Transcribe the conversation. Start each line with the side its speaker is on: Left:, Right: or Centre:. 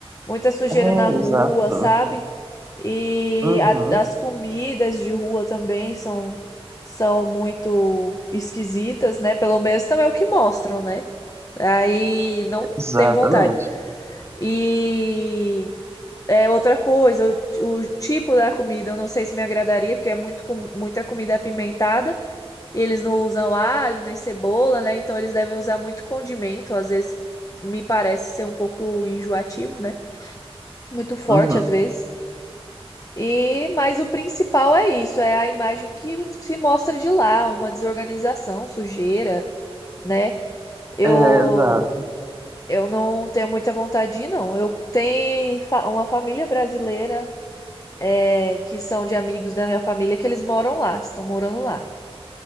Left: muita sujeira
Right: É,
Left: na rua,
Right: exato.
Left: sabe? E
Right: Uhum.
Left: a- as comidas de rua também são, são muito esquisitas, né? Pelo menos também é o que mostram, né? Aí não
Right: Exatamente.
Left: tenho vontade. E é outra coisa, o, o tipo da comida eu não sei se me agradaria, porque é muito, com- muita comida apimentada, e eles não usam alho nem cebola, né? Então eles devem usar muito condimento, às vezes me parece ser um pouco enjoativo, né? Muito forte
Right: Uhum.
Left: às vezes. E mas o principal é isso, é a imagem que se mostra de lá, uma desorganização, sujeira, né? Eu
Right: É, exato.
Left: Eu não tenho muita vontade de ir, não. Eu tenho fa- uma família brasileira é, que são de amigos da minha família que eles moram lá, estão morando lá,